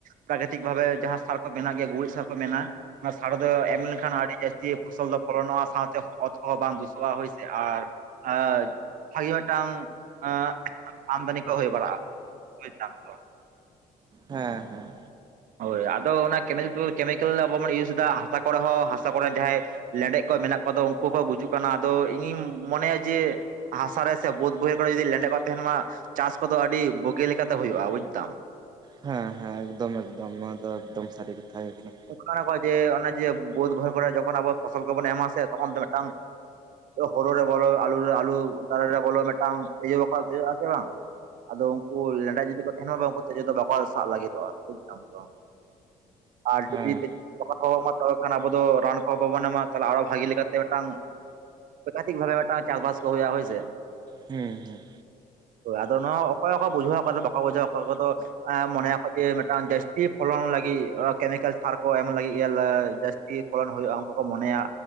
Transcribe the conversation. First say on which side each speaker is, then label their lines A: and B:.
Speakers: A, on the right; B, on the right.
A: ᱯᱨᱟᱠᱨᱤᱛᱤᱠ ᱵᱷᱟᱵᱮ ᱡᱟᱦᱟᱸ ᱥᱟᱨ ᱠᱚ ᱢᱮᱱᱟᱜ ᱜᱮᱭᱟ ᱜᱩᱨᱤᱡ ᱥᱟᱨ ᱠᱚ ᱢᱮᱱᱟᱜᱼᱟ ᱾ ᱚᱱᱟ ᱥᱟᱨ ᱫᱚ ᱮᱢ ᱞᱮᱱᱠᱷᱟᱱ ᱟᱹᱰᱤ ᱡᱟᱹᱥᱛᱤ ᱯᱷᱚᱥᱚᱞ ᱫᱚ ᱯᱷᱚᱞᱚᱱᱚᱜᱼᱟ ᱥᱟᱶᱛᱮ ᱚᱛ ᱠᱚᱦᱚᱸ ᱵᱟᱝ ᱫᱩᱥᱚᱜᱼᱟ ᱦᱳᱭᱥᱮ ᱟᱨ ᱟ ᱵᱷᱟᱹᱜᱤ ᱢᱤᱫᱴᱟᱝ ᱟᱸᱜ ᱟᱢᱫᱟᱱᱤ ᱠᱚ ᱦᱩᱭ ᱵᱟᱲᱟᱜᱼᱟ ᱾ ᱵᱩᱡᱽ ᱫᱟᱢ ᱛᱚ
B: ᱦᱮᱸᱻᱦᱮᱸ
A: ᱦᱳᱭ ᱟᱫᱚ ᱚᱱᱟ ᱠᱮᱢᱮᱞ ᱠᱩ ᱠᱮᱢᱤᱠᱮᱞ ᱟᱹᱵᱩᱵᱩᱱ ᱤᱭᱩᱡ ᱫᱟ ᱦᱟᱥᱟ ᱠᱚᱨᱮ ᱦᱚᱸ ᱦᱟᱥᱟ ᱠᱚᱨᱮ ᱡᱟᱦᱟᱸᱭ ᱞᱮᱸᱰᱮᱡ ᱠᱚ ᱢᱮᱱᱟᱜ ᱠᱚᱣᱟ ᱫᱚ ᱩᱱᱠᱩ ᱠᱚ ᱜᱩᱡᱩᱜ ᱠᱟᱱᱟ ᱟᱫᱚ ᱤᱧᱤᱧ ᱢᱚᱱᱮᱭᱟ ᱡᱮ ᱦᱟᱥᱟ ᱨᱮ ᱥᱮ ᱵᱟᱹᱫᱽ ᱵᱟᱹᱭᱦᱟᱹᱲ ᱠᱚᱨᱮ ᱡᱩᱫᱤ ᱞᱮᱸᱰᱮᱫ ᱠᱚ ᱛᱟᱦᱮᱱ ᱢᱟ ᱪᱟᱥ ᱠᱚᱫᱚ ᱟᱹᱰᱤ ᱵᱩᱜᱤ ᱞᱮᱠᱟᱛᱮ ᱦᱩᱭᱩᱜᱼᱟ ᱵᱩᱡᱽᱫᱟᱢ᱾
B: ᱦᱮᱸᱻᱦᱮᱸ ᱮᱠᱫᱚᱢ-ᱮᱠᱫᱚᱢ ᱱᱚᱣᱟ ᱫᱚ ᱮᱠᱫᱚᱢ ᱥᱟᱹᱨᱤ ᱠᱟᱛᱷᱟ ᱦᱩᱭ ᱠᱟᱱᱟ᱾
A: ᱠᱟᱱᱟ ᱠᱚ ᱡᱮ ᱚᱱᱮ ᱡᱮ ᱵᱟᱹᱫᱽ ᱵᱟᱹᱭᱦᱟᱹᱲ ᱠᱚᱨᱮ ᱡᱚᱠᱷᱚᱱ ᱟᱵᱚ ᱯᱷᱚᱥᱚᱞ ᱠᱚᱵᱚᱱ ᱮᱢᱟ ᱥᱮ ᱛᱚᱠᱷᱚᱱ ᱫᱚ ᱢᱤᱫᱴᱟᱝ ᱦᱳᱲᱳ ᱨᱮ ᱵᱚᱞᱚ ᱟᱞᱩ ᱨᱮ ᱟᱞᱩ ᱰᱟᱹᱨ ᱨᱮ ᱵᱚᱞᱚ ᱢᱤᱫᱴᱟᱝ ᱛᱮᱡᱩ ᱵᱟᱹᱠᱩ ᱤᱭᱟᱹᱜᱼᱟ ᱥᱮ ᱵᱟᱝ ᱟᱫᱚ ᱩᱝᱠᱩ ᱞᱮᱸᱰᱮᱡ ᱡᱩᱫᱤ ᱠᱚ ᱛᱮᱦᱮᱱᱚᱜ ᱩᱝᱠᱩ ᱛᱤᱡᱩ ᱫᱚ ᱵᱟᱠᱩ ᱥᱟᱵ ᱞᱟᱹᱜᱤᱫᱚᱜᱼᱟ ᱾ ᱪᱟᱥ ᱫᱚ ᱟᱨ
B: ᱦᱮᱸ
A: ᱡᱩᱫᱤ ᱠᱟᱹᱡ ᱠᱚᱠᱚ ᱮᱢᱟ ᱛᱚᱵᱮ ᱠᱷᱟᱱ ᱟᱵᱚ ᱫᱚ ᱨᱟᱱ ᱠᱚᱦᱚᱸ ᱵᱟᱵᱚᱱ ᱮᱢᱟ ᱛᱟᱦᱚᱞᱮ ᱟᱨᱚ ᱵᱷᱟᱜᱤ ᱞᱮᱠᱟᱛᱮ ᱢᱤᱫᱴᱟᱝ ᱛᱚ ᱠᱟᱹᱴᱤᱡ ᱵᱷᱟᱵᱮ ᱢᱤᱫᱴᱟᱝ ᱪᱟᱥᱵᱟᱥ ᱠᱚ ᱦᱩᱭᱩᱜᱼᱟ ᱦᱚᱭ ᱥᱮ
B: ᱦᱩᱸ-ᱦᱩᱸ
A: ᱟᱫᱚ ᱱᱚᱣᱟ ᱚᱠᱚᱭ ᱚᱠᱚᱭ ᱵᱩᱡᱷᱟᱹᱣᱟ ᱚᱠᱚᱭ ᱫᱚ ᱵᱟᱠᱚ ᱵᱩᱡᱷᱟᱹᱣᱟ ᱚᱠᱚᱭ ᱠᱚᱫᱚ ᱮᱸ ᱢᱚᱱᱮ ᱟᱠᱚ ᱡᱮ ᱟᱸ ᱡᱟᱹᱥᱛᱤ ᱯᱷᱚᱞᱚᱱ ᱞᱟᱹᱜᱤᱫ ᱟ ᱠᱮᱢᱤᱠᱮᱞ ᱥᱟᱨ ᱠᱚ ᱮᱢ ᱞᱟᱹᱜᱤᱫ ᱜᱮ ᱞᱮ ᱡᱟᱹᱥᱛᱤ ᱯᱷᱚᱞᱚᱱ ᱦᱩᱭᱩᱜᱼᱟ᱾ ᱚᱱᱠᱟ ᱠᱚ ᱢᱚᱱᱮᱭᱟ